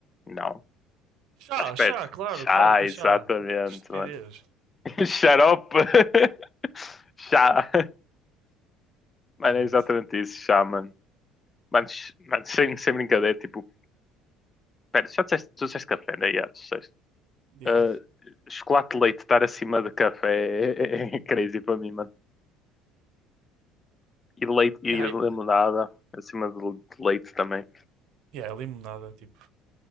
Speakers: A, on the left (about 20°); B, on the right (about 60°).
A: Não,
B: Chá,
A: estás perto.
B: chá, claro,
A: Chá,
B: claro que
A: exatamente,
B: é chá. Que estupidez,
A: mano. <laughs> Xarope. <laughs> Chá. Mano,
B: realmente.
A: é exatamente isso, chá, mano. Mano, ch- mano, sem, sem brincadeira, tipo, pera, já disseste, tu disseste café, né? Yeah, tu disseste.
B: E,
A: Ah, chocolate de leite estar acima de café <laughs> é, é, é crazy para mim, mano. E leite e
B: e aí-
A: limonada, acima de de leite também.
B: e aí, limonada, tipo,